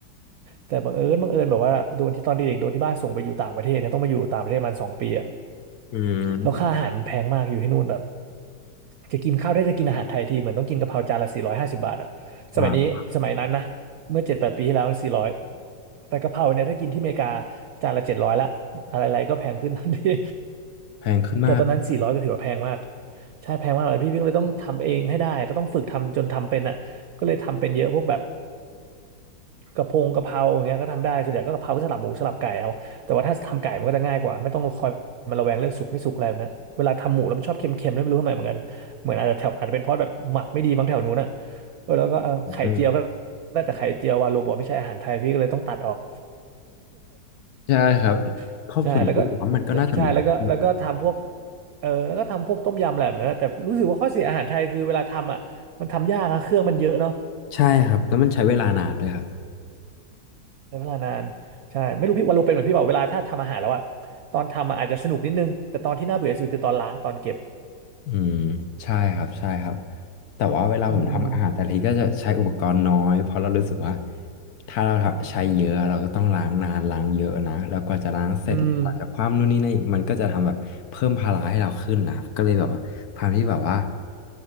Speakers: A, on the right (about 70°); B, on the left (about 60°).
A: แต่บังเอิญบังเอิญแบบว่าโดนที่ตอนเด็กๆโดนที่บ้านส่งไปอยู่ต่างประเทศเนี่ยต้องมาอยู่ต่างประเทศมันสองปีอะ
B: อืม
A: แล้วค่าอาหารมันแพงมากอยู่ที่นู่นแบบจะกินข้าวได้จะกินอาหารไทยทีเหมือนต้องกินกะเพราจานละสี่ร้อยห้าสิบบาทอะสมัยนี้สมัยนั้นนะเมื่อเจ็ดแปดปีที่แล้วสี่ร้อย
B: อ่า
A: แต่กะเพราเนี่ยถ้ากินที่อเมริกาจานละเจ็ดร้อยละอะไรๆก็แพงขึ้นทันที
B: แพงขึ้นมาก
A: แต่ตอนนั้นสี่ร้อยก็ถือว่าแพงมากใช่แพงมากเลยพี่พี่ก็เลยต้องทำเองให้ได้ก็ต้องฝึกทำจนทำเป็นอะ ก็เลยทำเป็นเยอะพวกแบบกะเพงกะเพราอย่างเงี้ยก็ทำได้ส่วนใหญ่ก็กะเพราก็สลับหมูสลับไก่เอาแต่ว่าถ้าทำไก่มันก็จะง่ายกว่าไม่ต้องคอยมาระแวงเรื่องสุกไม่สุกอะไรแบบนะเวลาทำหมูแล้วมันชอบเค็มๆแล้วยไม่รู้ทำไมเหมือนกันเหมือนอาจจะแถวอาจจะเป็นเพราะแบบหมักไม่ดีมั้งแถวนู้นอะเออแล้วก็เออไข่เจียวก็
B: อืม
A: ได้แต่ไข่เจียววาโลบอกไม่ใช่อาหารไทยพี่ก็เลยต้องตัดออก
B: ใช่ครับ
A: <laughs>
B: เพราะผมรู้สึกว่ามันก็น่าจะมีทุกที่นะ
A: ใช่แล้วก็จะใช่แล้วก็แล้วก็ทำพวกเออแล้วก็ทำพวกต้มยำอะไรแบบนั้นนะแต่รู้สึกว่าข้อเสียอาหารไทยคือเวลาทำอ่ะมันทำยากอะเครื่องมันเยอะเนาะ
B: ใช่ครับแล้วมันใช้เวลานานด้วยครับ
A: ใช้เวลานานใช่ไม่รู้พี่วาโลเป็นเหมือนพี่เปล่าเวลาถ้าทำอาหารแล้วอะตอนทำอะอาจจะสนุกนิดนึงแต่ตอนที่น่าเบื่อที่สุดคือตอนล้างตอนเก็บ
B: อืมใช่ครับใช่ครับแต่ว่าเวลาผมทำอาหารแต่ละทีก็จะใช้อุปกรณ์น้อยเพราะเรารู้สึกว่า
A: อืม
B: ถ้าเราใช้เยอะเราก็ต้องล้างนานล้างเยอะนะแล้วกว่าจะล้างเสร็จกว่าจะคว่ำนู่นนี่นั่นอีกมันก็จะทำแบบเพิ่มภาระให้เราขึ้นนะครับก็เลยแบบว่าความที่แบบว่า
A: อืม